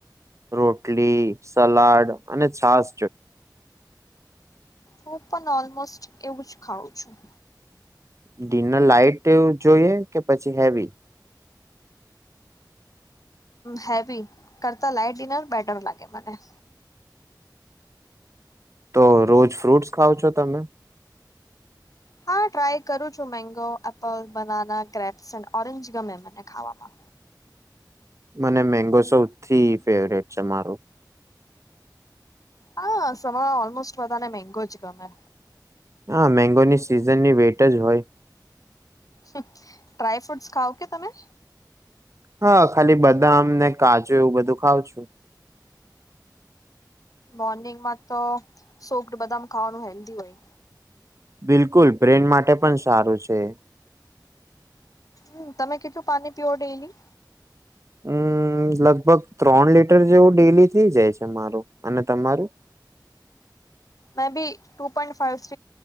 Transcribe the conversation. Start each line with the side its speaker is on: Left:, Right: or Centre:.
Right: રોટલી, સલાડ અને છાસ
Left: હું પણ, ઓલમોસ્ટ એવું જ ખાઉં છુ.
Right: ડિનર લાઈટ જોઈએ, કે પછી હેવી.
Left: હેવી કરતા લાઈટ, ડિનર બેટર લાગે મને.
Right: તો, રોજ ફ્રૂટ્સ ખાવ છો તમે
Left: હા, ટ્રાય કરું છું mango, apple, banana, grapes and orange ગમે મને ખાવામા
Right: મને મેંગો, સૌથી ફેવરેટ છે મારું
Left: હા, સૌળ આઓલ્મોસ્ટ વાતાને મેંગો જ ગ મે.
Right: હા, મેંગોની સિઝનની વેટ જ હોય.
Left: હ.. ડ્રાય ફ્રૂટસ ખાવ કે તમે.
Right: હા ખાલી, બદામ ને કાજુ એવું બધું ખાવં છું.
Left: મોર્નિંગમાં તો સોપડ બદામ ખાવાનું હેલ્ધી હોય.
Right: બિલકુલ બ્રેન, માટે પણ સારું છે.
Left: હમ્ તમે કીધું પાણી પીઓ ડેલી.
Right: હમ લગ-ભગ ત્રણ લીટર, જેવું ડેલી થઇ જાય છે મારું અને તમારું?
Left: Maybe two point five